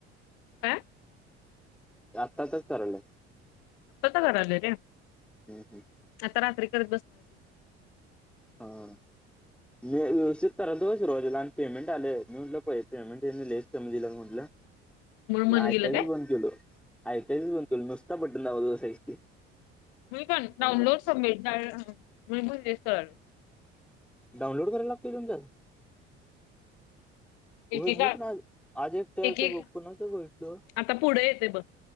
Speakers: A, on the left; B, in the centre.
A: आं
B: आत्ताचच करायला.
A: आता च कराआले रे
B: हम्म हम्म.
A: आता रात्री करत बसणारे.
B: हो. <unintelligible> मी व्यथितरा दो रोज लहान पेमेंट आले मी म्हटलं प पेमेंट ये लेस दिलं म्हटलं. <unintelligible>
A: म्हणून
B: मी
A: मन
B: ऐकायच
A: गेलं काय?
B: बंद केलो, ऐकायच बंद केल नुसता बटन लावून बसायच,
A: म का डाउनलोड सबमिट म्होलले सर.
B: डाउनलोड करायला लागतय तुमचात. हो
A: एकेका
B: मी पण आज आज एकटच,
A: एक एक
B: कोणाच बोलितो.
A: आता पुढे येते बघ,